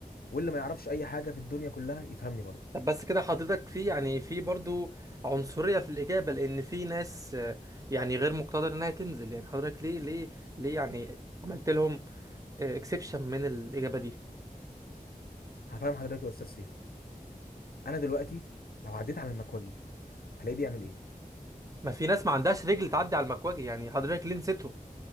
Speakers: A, on the left; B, on the right.
A: واللي ما يعرفش اي حاجه في الدنيا كلها يفهمني برضه
B: طب بس كده حضرتك في يعني في برضو عنصرية في الإجابة لأن في ناس آه، يعني غير مقتدرة إنها تنزل يعني حضرتك ليه ليه ليه يعني عملت لهم اكسبشن من الإجابة دي
A: هفهم حضرتك يا استاذ سيف انا دلوقتي لو عديت على المكوجي هلاقيه بيعمل ايه
B: ما في ناس ما عندهاش رجل تعدي على المكواجي يعني حضرتك ليه نسيتهم